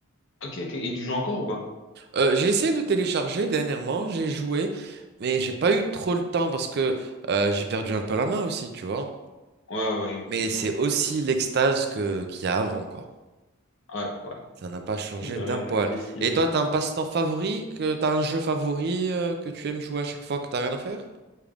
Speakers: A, on the left; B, on the right.
A: Ok, ok. Et tu joues encore ou pas?
B: Euh, j'ai essayé de télécharger dernièrement, j'ai joué, mais j'ai pas eu trop le temps parce que euh, j'ai perdu un peu la main aussi, tu vois.
A: Ouais, ouais, effectivement.
B: Mais c'est aussi l'extase que qu'il y a avant, quoi.
A: Ouais, ouais.
B: Ça n'a pas changé
A: J'aurais-
B: d'un poil.
A: Ok, stylé,
B: Et toi,
A: ouais.
B: t'as un passe-temps favori, que t'as un jeu favori euh, que tu aimes jouer à chaque fois que t'as rien à faire?